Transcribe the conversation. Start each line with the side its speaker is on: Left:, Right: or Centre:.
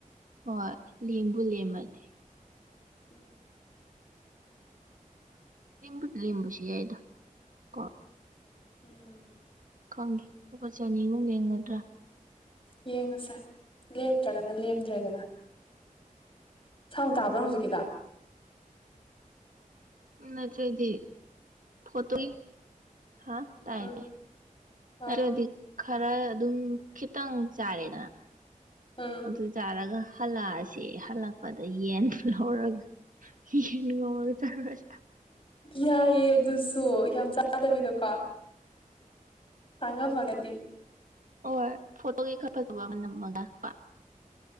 Right: ꯍꯣꯏ ꯂꯦꯝꯕꯨ ꯂꯦꯝꯃꯗꯤ
Left: <unintelligible>
Right: ꯂ‌ꯦꯝꯕꯨ ꯂ‌ꯦꯝꯕꯁꯨ ꯌꯥꯏꯗ ꯀ‌ꯣ
Left: ꯎꯝ
Right: ꯈꯪꯗ‌ꯦ ꯂꯨꯄꯥ ꯆꯅꯤꯒꯨꯝ ꯂ‌ꯦꯝꯒꯗ꯭ꯔꯥ
Left: ꯌꯦꯡꯉꯁꯦ ꯂꯦꯝꯗ꯭ꯔꯒꯅ ꯂꯦꯝꯗ꯭ꯔꯦꯗꯅ ꯁꯥꯎꯟ ꯇꯥꯕ꯭ꯔꯥ ꯍꯧꯖꯤꯛꯀꯤꯗ‌ꯣ
Right: ꯅꯠꯇ꯭ꯔꯥꯗꯤ ꯐꯣꯠꯇꯨꯏ ꯍꯥ ꯇꯥꯏ
Left: ꯎꯝ
Right: ꯇꯥꯏ
Left: ꯑꯥ
Right: ꯑꯗꯨꯗꯤ ꯈꯔ ꯑꯗꯨꯝ ꯈꯤꯇꯪ ꯆꯥꯔꯦꯅ
Left: ꯎꯝ
Right: ꯑꯗꯨ ꯆꯥꯔꯒ ꯍꯂꯥꯑꯁꯤ ꯍꯂꯛ ꯑꯗ ꯌꯦꯟꯗꯨ ꯂꯧꯔꯒ ꯌ‌ꯦꯟ ꯉꯧꯔꯒ ꯆꯥꯔꯨꯔꯁꯤ
Left: ꯌꯥꯏꯌꯦ ꯑꯗꯨꯁꯨ ꯌꯥꯝ ꯆꯥꯗꯕꯤꯗꯀꯣ ꯇꯥꯡꯉꯝꯃꯥꯒꯗꯤ
Right: ꯍ‌ꯣꯏ ꯐꯣꯇꯣꯒꯤ ꯈꯔ ꯐꯖꯕ ꯑꯃ ꯅꯝꯃꯒ ꯀ‌ꯣ